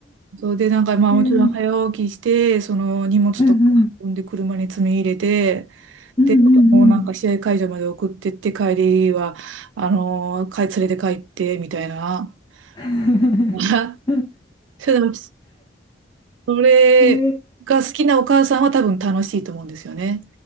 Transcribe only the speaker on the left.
うん、
うん、
うん、うん、
うん。
<laughs>
うん
えー、